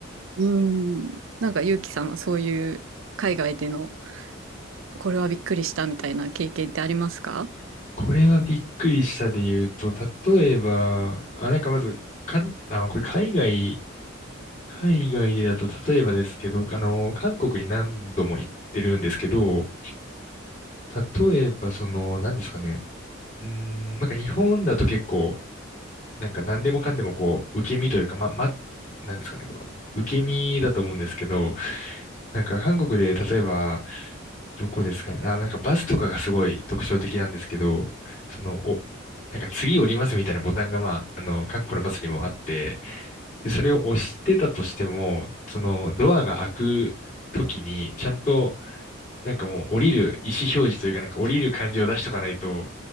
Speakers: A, on the right; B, on the left.
A: うん。なんかゆうきさんはそういう海外でのこれはびっくりしたみたいな経験ってありますか
B: これはびっくりしたで言うと、例えば、あ、なんかまず、かん、あの、これ海外、海外でだと例えばですけど、あの、韓国に何度も行ってるんですけど、例えばその、何ですかね、うーん、なんか日本だと結構、なんか何でもかんでもこう、受け身というか、ま、ま、なんですかね、こう、受け身だと思うんですけど、なんか韓国で例えば、どこですかね、あ、なんかバスとかがすごい特徴的なんですけど、その、お、なんか次降りますみたいなボタンがまあ、あの、韓国のバスにもあって、で、それを押してたとしても、そのドアが開く時に、ちゃんと、なんかもう降りる意思表示というか、なんか降りる感じを出しとかないと、